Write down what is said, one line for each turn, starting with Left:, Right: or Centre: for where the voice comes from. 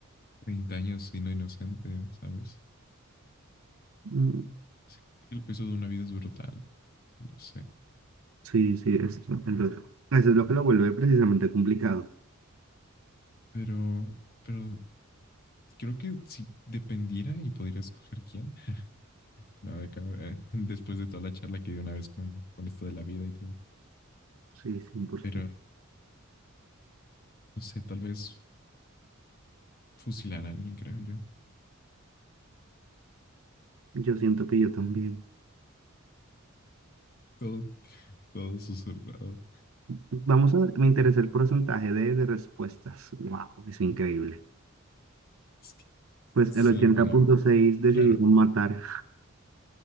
Left: 30 años siendo inocente, ¿sabes?
Right: Mm,
Left: Sí, el peso de una vida es brutal, lo sé.
Right: Sí, sí, eso, entonces, eso es lo que lo vuelve precisamente complicado.
Left: Pero, pero creo que si dependiera y podría escoger quién. No, de cabr- eh, <laughs> después de toda la charla que di una vez con, con esto de la vida y todo.
Right: Sí, cien por
Left: Pero,
Right: ciento
Left: no sé, tal vez fusilar a alguien, creo yo.
Right: Yo siento que yo también.
Left: Todo, todo susurrado.
Right: Vamos a ver, me interesa el porcentaje de, de respuestas. Wow, es increíble.
Left: Es que
Right: Pues
Left: sí,
Right: el ochenta
Left: pero
Right: punto seis decidieron
Left: claro,
Right: matar.